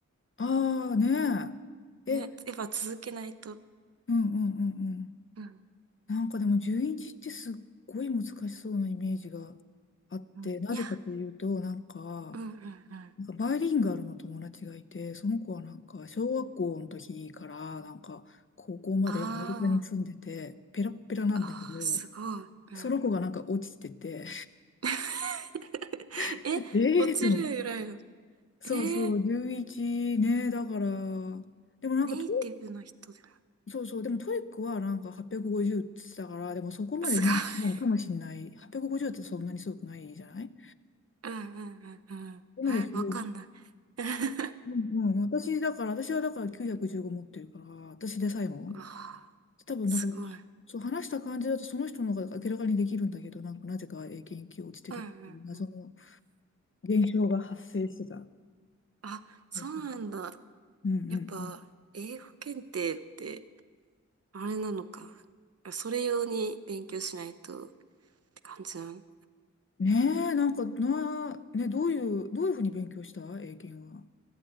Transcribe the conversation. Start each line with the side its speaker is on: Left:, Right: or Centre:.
Left: ああねえ。
Right: ね、
Left: え、
Right: やっぱ続けないと。
Left: うんうんうんうん。
Right: うん、
Left: なんかでも11ってすっごい難しそうなイメージがあって、
Right: うん。
Left: なぜかというと、
Right: いや、
Left: なんか、
Right: うん、うん、うん。
Left: なんかバイリンガルの友達がいて、その子はなんか小学校の時からなんか高校までアメリカに住んでて、
Right: あー、
Left: ペラッペラなんだけど、
Right: あー、すごい。うん。
Left: その子がなんか落ちてて、
Right: <laughs>
Left: <laughs>
Right: え、
Left: ええと思って。
Right: 落ちるぐらいの。
Left: そうそう、
Right: えー、
Left: 11ね、だから、でもなんか当
Right: ネイティブの人でも。
Left: そうそう、でもトイックはなんか850っぴゃくごじゅうって言ってたから、でもそこまでもう、
Right: すごい。
Left: もうかもしれない。850っぴゃくごじゅうってそんなにすごくないじゃない
Right: うん、うん、うん、うん。
Left: そこまですごい。
Right: え、わかんない。<laughs>
Left: うんうん、私だから、私はだから915持ってるから、私でさえも。
Right: うわあ、
Left: 多分なんか、
Right: すごい。
Left: そう話した感じだとその人の方が明らかにできるんだけど、なんかなぜか英検1級落ちてるっていう謎の
Right: うん、うん。
Left: 現象が発生してた。
Right: あ、そうなんだ。
Left: そうそうそううんうん
Right: やっぱ、英語検定って、あれなのか。それ用に勉強しないとって感じなのね
Left: うん。ねえ、なんかな、ね、どういう、どういうふうに勉強した英検は。